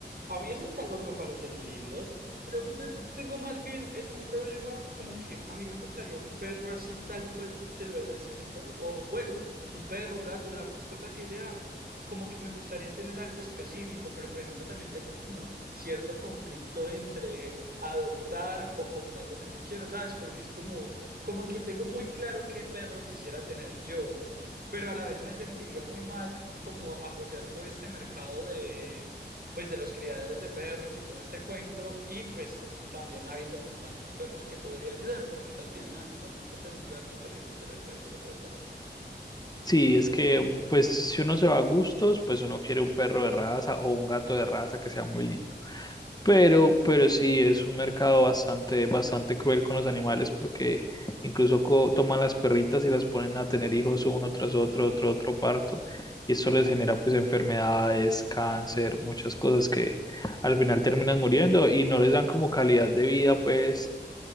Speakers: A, on the right; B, on the left.
A: A mí esos calvos me parecen lindos. Creo que yo yo tengo más bien, es un problema como que a mí me gustaría un perro así tal cual te lo he descrito, o bueno, un perro, un gato, la mascota que sea, como que me gustaría tener algo específico, pero por ejemplo también tengo como cierto conflicto entre adoptar o comprar lo que yo quiero, ¿sabes? Porque es como, como que tengo muy claro qué perro quisiera tener yo. pero a la vez me sentiría muy mal como apoyando este mercado de, pues, de los criaderos de perros y todo este cuento, y pues también habiendo como tantos perros que podría ayudar, porque también me dan como mucha ternura los perritos de la calle, la verdad.
B: Sí, es que pues si uno se va a gustos, pues uno quiere un perro de raza o un gato de raza que sea muy lindo. Pero, pero sí es un mercado bastante, bastante cruel con los animales porque incluso co- toman las perritas y las ponen a tener hijos uno tras otro, otro, otro parto. Y esto les genera
A: Ujú,
B: pues enfermedades, cáncer, muchas cosas que al final terminan muriendo y no les dan como calidad de vida pues